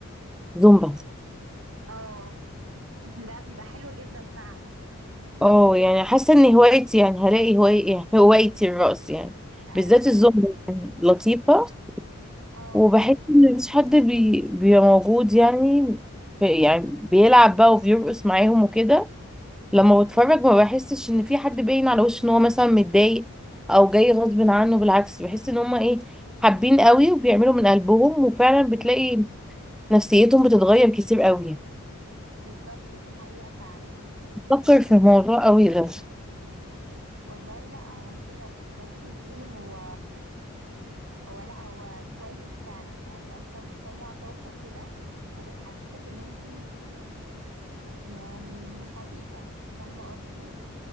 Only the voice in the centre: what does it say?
زومبا
اه يعني حاسه ان هوايتي يعني هلاقي هواي... هوايتي الرقص يعني
بالذات الزومبا يعني لطيفه
وبحس ان مفيش حد بي... بيبقى موجود يعني في- يعني بيلعب بقى وبيرقص معاهم وكده لما بتفرج ما بحسش ان في حد باين على وشه ان هو مثلا متضايق او جاي غصب عنه بالعكس بحس ان هما ايه حابين قوي وبيعملوا من قلبهم وفعلا بتلاقي نفسيتهم بتتغير كتير قوي
بفكر في الموضوع قوي ده